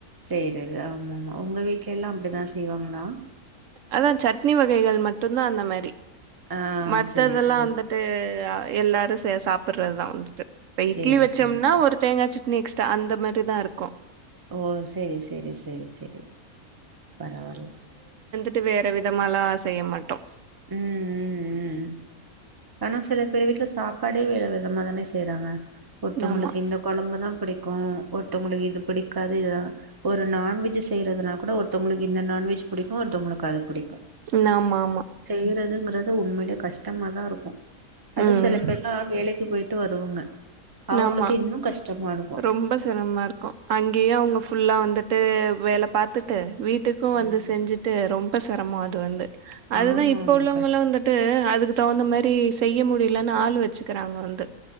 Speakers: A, on the right (about 20°); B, on the right (about 65°).
A: செய்யறது ஆமா ஆமா உங்க வீட்ல எல்லா அப்டிதா செய்வாங்களா
B: அதா சட் னி வகைகள் மட்டுந்தா அந்த மாரி டி
A: ஆ
B: மத்த
A: செரி
B: இதெல்லா
A: செரி
B: வந்துட்டு
A: செரி
B: அ எல்லாரு செ சாப்புறதுதா வந்துட்டு இப்ப
A: செரி
B: இட்லி வச்சோம்னா
A: செரி செரி
B: ஒரு தேங்கா சட்னி எக்ஸ் த அந்த மாரிதா இருக்கு
A: ஓ சரி சரி சரி சரி பரவால்ல
B: டு வேற விதமாலா செய்ய மாட்டோ
A: உம் உம் ஆனா சில பேர் வீட்ல சாப்பாடே வித விதமா தானே செய்றாங்க ஒர்த்தவங்களுக்கு
B: ஆமா
A: இந்த கொழம்புதா புடி கோ ஒர்த்தவங்களுக்கு இது பிடிக்காது இதுதா ஒரு நான்வெஜ்ஜி செய்யறதுனா கூட ஒர்த்தவுங்குளுக்கு இந்த நான்வெஜ் புடிக்கோ ஒர்த்தவுங்குளுக்கு அது பிடி
B: நா ஆமா ஆமா
A: கிறதுங்கறது உண்மைலே கஷ்டமாதா இருக்கோ அதுவு
B: ம்
A: சில பேர்லா வேலை க்கு போயிட்டு வருங்க அவுங்குளுக்கு
B: ஆமா
A: இன்னு கஷ்டமா இருக்கு
B: ரொம்ப சிரமா இருக்கோ அங்கேயே அவுங்க ஃபுல்லா வந்துட்டு வேல பாத்துட்டு வீட்டுக்கு
A: ம்
B: வந்து செஞ்சுட்டு ரொம்ப சிரமோ அது வந்து அதுதா
A: ஆமா
B: இப்போ
A: ஆமா
B: உள்ளவங்கள்லா
A: கண்
B: வந்துட்டு அதுக்கு தகுந்த மாரி செய்ய முடிலன்ன ஆளு வச்சுக்கிறாங்க வந்து